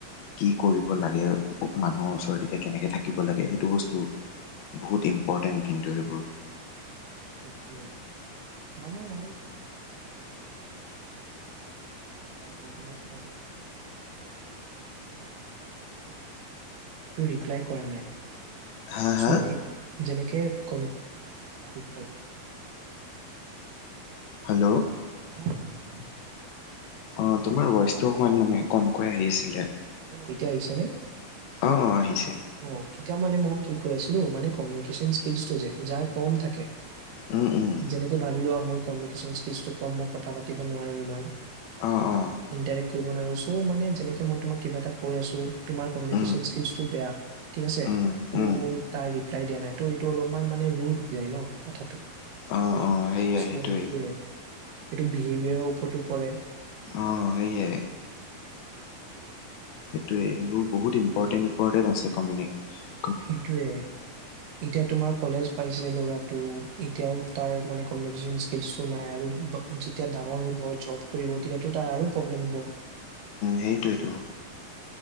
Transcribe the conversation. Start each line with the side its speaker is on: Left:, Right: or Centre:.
Left: কি কৰিব লাগে মানুহৰ ওচৰত এতিয়া কেনেকে থাকিব লাগে সেইটো বস্তু বহুত ইম্পৰ্টেণ্ট কিন্তু এইবোৰ।
Right: সোৱে, মানে আৰু <unintelligible> <unintelligible> মই তোমাক কিবা এটা <unintelligible> টো ৰিপ্লাই কৰা নাই।
Left: হা
Right: <unintelligible>
Left: হা
Right: যেনেকে কোন <unintelligible>
Left: হেল্ল'।
Right: <unintelligible>
Left: অ', তোমাৰ ভইচটো অকমান মানে কমকৈ আহি আছিলে।
Right: অ', এতিয়া আহিছেনে?
Left: অ', অ', আহিছে।
Right: অ', এতিয়া মানে মই কি কৈ আছিলো, মানে কমিউনিকেশন স্কিলটো যে যাৰ কম থাকে
Left: উম, উম।
Right: যেনেকে ভাবি লোৱা মোৰ কমিউনিকেশ্যন স্কিলটো ক'ম, মই কথা পাতিব নোৱাৰো ইমান।
Left: অ'। অ
Right: ইণ্টাৰেক্ট কৰিব নোৱাৰো, চ' মানে যেনেকে মই তোমাক কিবা এটা কৈ আছোঁ। তোমাৰ কমিউনিকেশ্যন
Left: উম
Right: স্কিলচটো বেয়া, ঠিক আছে,
Left: উম
Right: তুমি
Left: উম
Right: মোৰ তাৰ ৰিপ্লাই দিয়া নাই, ত' এইটো অলপমান মানে ৰোদ হৈ যায় ন, কথাটো।
Left: অ অ সেয়াই
Right: <unintelligible>
Left: সেইটোৱেই
Right: এইটো বিহেভিয়াৰৰ ওপৰতো পৰে।
Left: অ', সেইয়া। সেইটোৱে সেইবোৰ বহুত ইম্পৰ্টেণ্ট, ইম্পৰ্টেণ্ট আছে কমিউনিক
Right: সেইটোৱে। এতিয়া তোমাৰ কলেজ পাইছে ল'ৰাটো এতিয়াও তাৰ মানে কমিউনিকেশ্যন স্কিলচটো নাই আৰু যেতিয়া ডাঙৰ হ'ব জব কৰিব তেতিয়াতটো তাৰ আৰু প্ৰব্লেম হ'ব।
Left: সেইটোৱেটো।